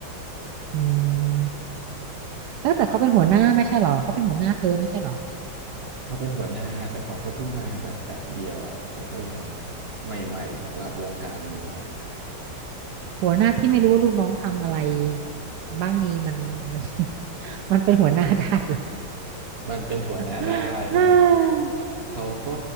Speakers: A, on the right; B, on the right.
A: อืมเออแต่เขาเป็นหัวหน้าไม่ใช่เหรอเขาเป็นหัวหน้าเธอไม่ใช่เหรอ
B: เขาเป็นหัวหน้าแต่เขาก็เพิ่งมาแบบแป๊บเดียวอ่ะเขาก็ยังใหม่ๆสำหรับวงการนี้อ่ะ
A: หัวหน้าที่ไม่รู้ว่าลูกน้องทำอะไรบ้างนี้มัน <laughs> มัน <laughs> มันเป็นหัวหน้าได้เหรอ
B: มันเป็นหัวหน้าได้เพราะว่า
A: <gasps> ฮ่า
B: เขาก็